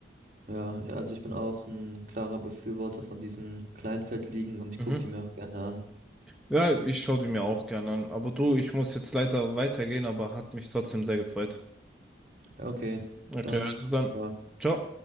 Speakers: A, on the right; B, in the centre.
A: ja, ja, also ich bin auch ein klarer Befürworter von diesen Kleinfeldligen und ich
B: Mhm.
A: gucke die mir auch gerne an.
B: Ja, ich schaue die mir auch gerne an. Aber du, ich muss jetzt leider weitergehen, aber hat mich trotzdem sehr gefreut.
A: Ja, Okay,
B: Okay,
A: dann.
B: also dann.
A: ciao.
B: Ciao.